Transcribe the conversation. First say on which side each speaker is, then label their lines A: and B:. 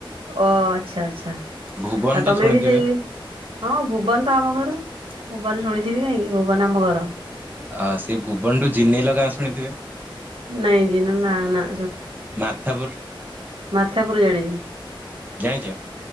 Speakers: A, on the right; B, on the right.
A: ଓ ଆଚ୍ଛା ଆଛା।
B: ଭୁବନ
A: ଆଉ
B: ତ
A: ତମେ
B: ଶୁଣିଥିବେ?
A: ବି ସେଇ, ହଁ ଭୁବନ ତ ଆମ ଘର। ଭୁବନ ଶୁଣିଥିବି କାହିଁକି। ଭୁବନ ଆମ ଘର।
B: ଆ ସେ ଭୁବନଠୁ ଜିନେଇଲ ଗାଁ ଶୁଣିଥିବେ?
A: ନାଇଁ ଯିିନ ନା ନା
B: ମାର୍ଥାପୁର୍
A: ମାର୍ଥାପୁର୍ ଜାଣିଛି।
B: ଜାଣିଛ?